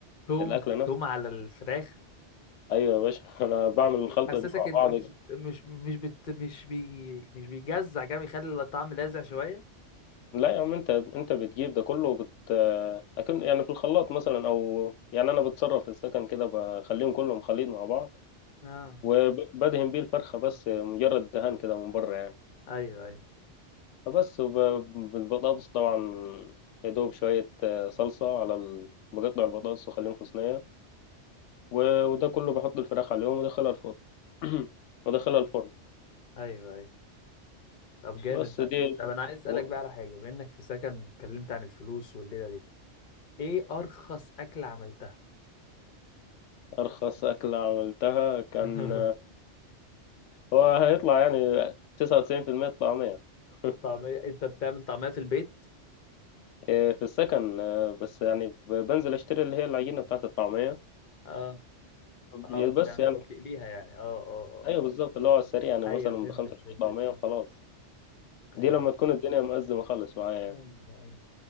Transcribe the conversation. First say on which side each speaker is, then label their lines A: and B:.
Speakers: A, on the left (about 50°); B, on the left (about 85°).
A: توم
B: الاكله نفسها
A: توم على الفراخ
B: ايوه يا باشا <laughs> انا بعمل
A: مش
B: الخلطه
A: بيحسسك
B: دي مع
A: ان
B: بعض
A: مش مش مش بت مش بي مش بيجزع كده بيخلي الطعم لاذع شويه
B: لا يا عم انت انت بتجيب ده كله بت اكن يعني في الخلاط مثلا او يعني انا بتصرف في السكن كده بخليهم كلهم خليط مع بعض
A: اه
B: وبدهن بيه الفرخه بس مجرد دهان كده من بره يعني
A: ايوه ايوه
B: فبس وب- بالبطاطس طبعا يا دوب شويه صلصه على ال... بقطع البطاطس واخليهم في صينيه و- وده كله بحط الفراخ عليهم وادخلها الفرن <clears throat> وادخلها الفرن
A: ايوه ايوه طب جامد
B: بس
A: ده
B: دي
A: طب انا عايز اسالك
B: و-
A: بقى على حاجه بما انك في سكن واتكلمت عن الفلوس والليله دي ايه ارخص اكله عملتها
B: ارخص اكله عملتها كان
A: <laughs>
B: هو هيطلع يعني 99% الطعمية <laughs>
A: الطعميه انت بتعمل طعميه في البيت
B: إيه، في السكن آه، بس يعني ب- بنزل اشتري اللي هي العجينة بتاعة الطعمية
A: اه اه
B: يا
A: بتعمل
B: بس يعني
A: وبتقليها يعني اه اه
B: ايوه بالظبط اللي هو على السريع يعني
A: اه
B: مثلا
A: ايوه فهمتك
B: بخمسة جنيه
A: فهمتك
B: طعمية
A: فهمت.
B: وخلاص
A: ايوه
B: دي لما تكون الدنيا مأزمة خالص معايا يعني
A: ايوه ايوه